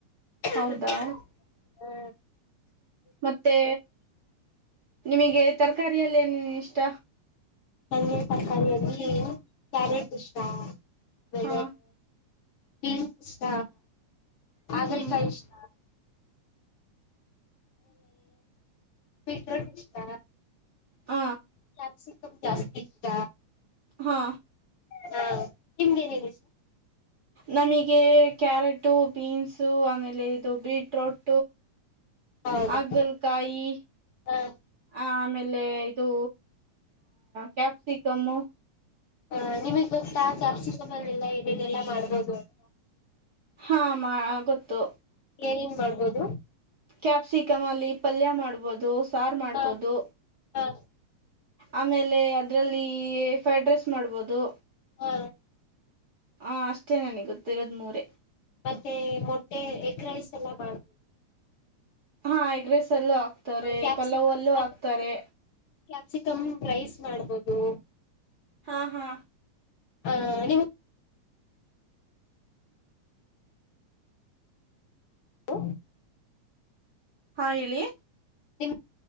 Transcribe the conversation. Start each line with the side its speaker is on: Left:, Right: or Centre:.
Left: <unintelligible>
Right: ಹೌದಾ
Left: ಹ್ಮ
Right: ಮತ್ತೆ ನಿಮಗೆ ತರಕಾರಿಯಲ್ಲೇ ಏನೇನ ಇಷ್ಟ.
Left: ನಂಗೆ ತರಕಾರಿಯಲ್ಲಿ ಕ್ಯಾರೆಟ್ ಇಷ್ಟ. ಮೇ
Right: ಹಾ
Left: ಪೀಸ್ ಇಷ್ಟ ಹಾಗ್ಲ್ಕಾಯ
Right: ಹ್ಮ್
Left: ಇಷ್ಟ. ಬೀಟ್ರೂಟ್ ಇಷ್ಟ.
Right: ಹ
Left: ಕ್ಯಾಪ್ಸಿಕಂ ಜಾಸ್ತಿ ಇಷ್ಟ
Right: ಹಾ
Left: ಹಾ ನಿಮ್ಗೆ ಏನೇನ ಇಷ್ಟ.
Right: ನಮಗೆ ಕ್ಯಾರೆಟು ಬೀನ್ಸ್ ಆಮೇಲೆ ಇಲ್ಲಿ ಇದು ಬೀಟ್ರೂಟ್
Left: ಹೌದಾ
Right: ಹಾಗಲ್ಕಾಯಿ
Left: ಹ
Right: ಆ ಆಮೇಲೆ ಇದು ಕ್ಯಾಪ್ಸಿಕಮ್.
Left: ಹ ನಿಮಗ್ ಗೊತ್ತಾ ಕ್ಯಾಪ್ಸಿಕಮಲ್ಲಿ ಎಲ್ಲ ಏನೇನೆಲ್ಲಾ ಮಾಡ್ಬೋದು ಅಂತ.
Right: ಹಾ ಮಾ ಗೊತ್ತು
Left: ಏನನ್ ಮಾಡ್ಬೋದು.
Right: ಕ್ಯಾಪ್ಸಿಕಮ್ ಅಲ್ಲಿ ಪಲ್ಯ ಮಾಡ್ಬೋದು ಸಾರು ಮಾಡ್ಬೋದು.
Left: ಹಾ ಹ
Right: ಆಮೇಲೆ ಅದ್ರಲ್ಲಿ ಫ್ರೈಡ್ ರೈಸ್ ಮಾಡ್ಬೋದು.
Left: ಹಾ
Right: ಹ ಅಷ್ಟೇ ನನಗೆ ಗೊತ್ತಿರೋದ್ ಮೂರೆ
Left: ಮತ್ತೆ ಮೊಟ್ಟೆ ಎಗ್ ರೈಸ್ ಎಲ್ಲ ಮಾಡಬಹುದು.
Right: ಹಾ ಎಗ್ ರೈಸ್ ಲ್ಲೂ ಹಾಕ್ತಾರೆ
Left: ಕ್ಯಾಪ್ಸಿ
Right: ಪಲ್ಲವ್ಲ್ಲೂ
Left: ಮತ್ತೆ
Right: ಹಾಕ್ತಾರೆ
Left: ಕ್ಯಾಪ್ಸಿಕಮ್ ರೈಸ್ ಮಾಡ್ಬೋದು.
Right: ಹಾ ಹಾ
Left: ಹಾ ನೀವು ಹ
Right: ಹಾ ಹೇಳಿ.
Left: ನಿಮ್